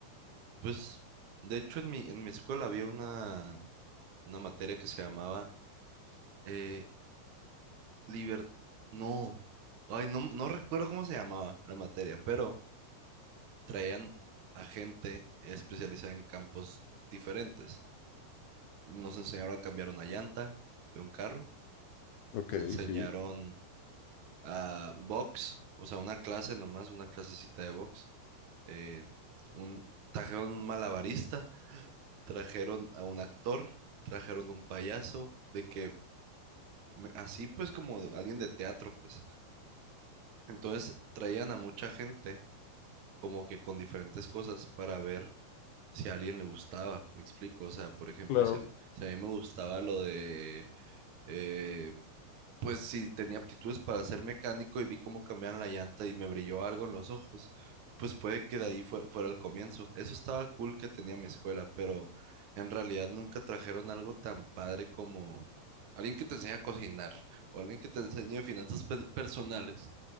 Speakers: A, on the right; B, on the left.
A: Pues, de hecho, en mi, en mi escuela había una, una materia que se llamaba eh, liber- No, ay, no, no recuerdo cómo se llamaba la materia, pero traían a gente especializada en campos diferentes. Nos enseñaron a cambiar una llanta de un carro,
B: Ok,
A: nos enseñaron
B: sí,
A: a box, o sea, una clase nomás, una clasecita de box. eh, un, trajeron un malabarista, trajeron a un actor, trajeron un payaso, de que me- así pues como de- alguien de teatro, pues. Entonces traían a mucha gente como que con diferentes cosas para ver si a alguien le gustaba, me explico. O sea, por ejemplo,
B: claro.
A: si a, si a mí me gustaba lo de eh, pues si tenía aptitudes para ser mecánico y vi cómo cambiaban la llanta y me brilló algo en los ojos, pues puede que de ahí fue- fuera el comienzo. Eso estaba cool que tenía mi escuela, pero en realidad nunca trajeron algo tan padre como alguien que te enseñe a cocinar o alguien que te enseñe finanzas pe- personales.